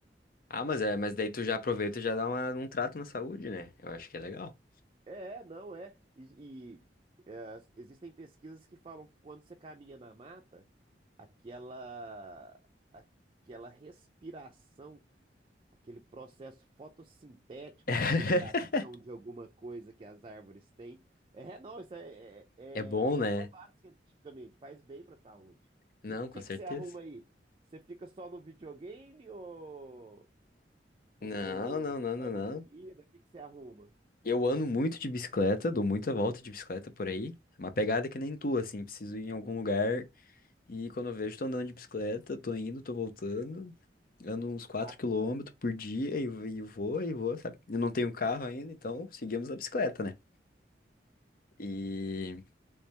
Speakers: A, on the left; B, on the right.
A: Ah, mas é, mas daí tu já aproveita e já dá uma... um trato na saúde, né? Eu acho que é legal.
B: É, não é. E, e, é, existem pesquisas que falam que quando você caminha na mata, aquela, aquela respiração, aquele processo fotossintético
A: <laughs>
B: de liberação de alguma coisa que as árvores têm, é, não, isso é, é-
A: É bom,
B: é comprovado
A: né?
B: cientificamente, faz bem para a saúde.
A: Não,
B: E o
A: com
B: que
A: certeza.
B: que você arruma aí? Você fica só no videogame ou, ou,
A: Não,
B: ou
A: não, não,
B: dá
A: não,
B: uma
A: não.
B: corrida? O que que você arruma?
A: Eu ando muito de bicicleta, dou muita volta de bicicleta por aí. Uma pegada que nem tu, assim, preciso ir em algum lugar e quando eu vejo, tô andando de bicicleta, tô indo, tô voltando. Ando uns 4
B: Rápido,
A: quilômetros
B: né?
A: por dia e, e vou, e vou, sabe? Eu não tenho carro ainda, então seguimos a bicicleta, né? E,